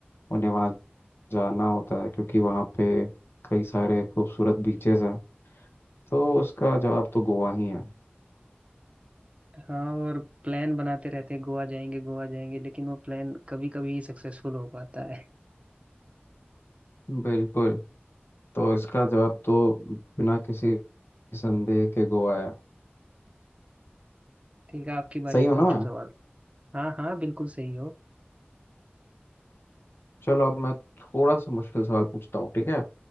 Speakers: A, on the left; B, on the right.
A: उन्हें वहाँ जाना होता है क्योंकि वहाँ पे कई सारे खूबसूरत बीचेस हैं तो उसका जवाब तो गोवा ही है
B: हाँ और प्लान बनाते रहते हैं गोवा जाएंगे गोवा जाएंगे लेकिन वो प्लान कभी कभी सक्सेसफुल हो पाता है
A: बिल्कुल तो इसका जवाब तो बिना किसी संदेह के गोवा है
B: ठीक है आपकी बारी
A: सही
B: अब
A: हूँ ना
B: पूछो
A: मैं
B: सवाल हाँ हाँ बिल्कुल सही हो
A: चलो अब मैं थोड़ा सा मुश्किल सवाल पूछता हूँ ठीक है